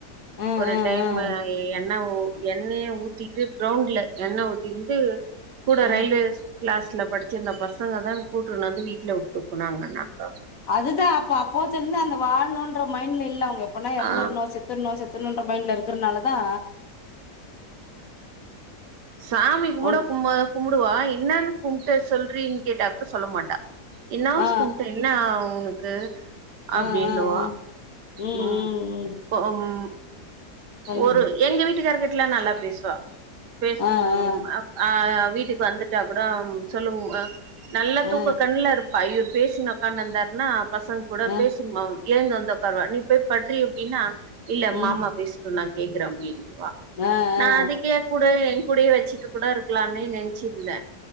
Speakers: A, on the left; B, on the right.
A: ஆ
B: ஒரு
A: ஆ
B: டைம்
A: ஆ
B: என்ன எண்ணெய ஊத் தி கிரவுண்ட்ல எண்ணெ ஊத்திந்ட்டு கூட
A: ஆ
B: ரயில்வே கிளாஸ் ல படிச்சிருந்த பசங்க தா கூட்டுன்னு வந்து வீட்ல உட்டுப்போனாங்கன்னாங்க
A: அதுதா அப்ப அப்போத்த இருந்து அந்த வாழணுன்ற மைண்ட்ல இல்ல அவங்க எப்பனா எறந்துறணு
B: ஆ
A: செத்துறணு செத் தன்ற மைண்ட்ல இருக்கிறதுனால தா
B: சாமி கும்பட
A: ஒன்
B: கும்ப கும்முடுவா இன்னன்னு கும்ட்டு சொல்டிறின்னு கேட்டா கூட சொல்ல மாட்டா இன்னாஸ்
A: ஆ
B: கும்ட்டே என்ன உன்க்கு அப்டின்னுவா
A: ஆ ஆ ஆ ஆ ம்
B: உம்
A: ம் ம்
B: பொம்
A: சொல்லுங்க
B: ஒரு எங்க வீட்டுகாரகிட்டல்லா நல்லா பேசுவா பேசுனும்
A: ஆ ஆ
B: அப் ஆ வீட்டுக்கு வந்துட்டா கூட சொல்மும்ஹ நல்லா
A: ஆ
B: தூக்க கண்ணல இருப்பா ஐயோ பேசி நோக்காந்தாருன்னா பசங்க கூட
A: ஆ
B: பேசிமம் எழுந்து வந்துதோக்கார்வா நீ போய் பட்றி அப்டின்னா இல்ல
A: ம்
B: மாமா பேசுட்டு நா கேக்குறே அப்டின்னுங்வா
A: ஆ
B: நா
A: ஆ
B: அதுக்கே கூடு கூடயே வச்சுட்டு கூட இருக்கலாமேனு நெனச்சியிருந்த